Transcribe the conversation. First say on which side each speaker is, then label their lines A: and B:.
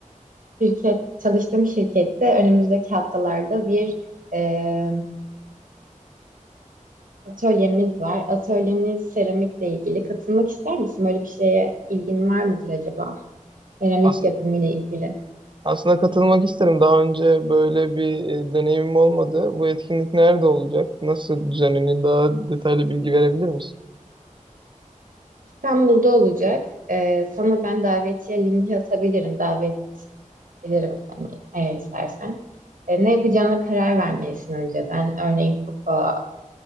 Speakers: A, on the right; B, on the right.
A: şirket, çalıştığım şirkette önümüzdeki haftalarda bir e, atölyemiz var. Atölyemiz seramikle ilgili. Katılmak ister misin? Böyle bir şeye ilgin var mıdır acaba? Seramik
B: Aslında,
A: yapımı ile ilgili.
B: aslında katılmak isterim. Daha önce böyle bir e, deneyimim olmadı. Bu etkinlik nerede olacak? Nasıl düzenlenir? Daha detaylı bilgi verebilir misin?
A: İstanbul'da olacak. E, sana ben davetiye linki atabilirim. Davet Gelirim seni eğer istersen. E, ne yapacağına karar vermelisin önceden. Örneğin kupa,